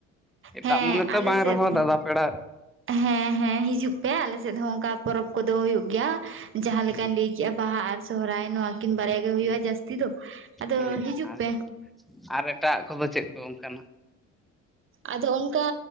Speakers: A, in the centre; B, on the right.
A: ᱮᱴᱟᱜ
B: ᱦᱮᱸ
A: ᱢᱚᱱᱮᱛᱮ
B: ᱟᱞᱮ
A: ᱵᱟᱝ
B: ᱥᱮᱫ
A: ᱨᱮᱦᱚᱸ ᱫᱟᱫᱟ ᱯᱮᱲᱟ
B: ᱦᱮᱸ ᱦᱮᱸ ᱦᱤᱡᱩᱜ ᱯᱮ ᱟᱞᱮ ᱥᱮᱫ ᱦᱚᱸ ᱚᱱᱠᱟ ᱯᱚᱨᱚᱵᱽ ᱠᱚᱫᱚ ᱦᱩᱭᱩᱜ ᱜᱮᱭᱟ ᱡᱟᱦᱟᱸ ᱞᱮᱠᱟᱧ
A: ᱦᱩᱸ
B: ᱞᱟᱹᱭ ᱠᱮᱫᱜᱼᱟ ᱵᱟᱦᱟ ᱟᱨ ᱥᱚᱦᱚᱨᱟᱭ ᱱᱚᱣᱟ ᱠᱤᱱ ᱵᱟᱨᱭᱟ ᱜᱮ
A: ᱦᱩᱸ
B: ᱦᱩᱭᱩᱜᱼᱟ ᱡᱟᱹᱥᱛᱤ ᱫᱚ ᱟᱫᱚ
A: ᱦᱮᱸ
B: ᱦᱤᱡᱩᱜ
A: ᱟᱨ
B: ᱯᱮ
A: ᱟᱨ ᱮᱴᱟᱜ ᱠᱚᱫᱚ ᱪᱮᱫ ᱠᱚ ᱚᱱᱠᱟ
B: ᱟᱫᱚ ᱚᱱᱠᱟ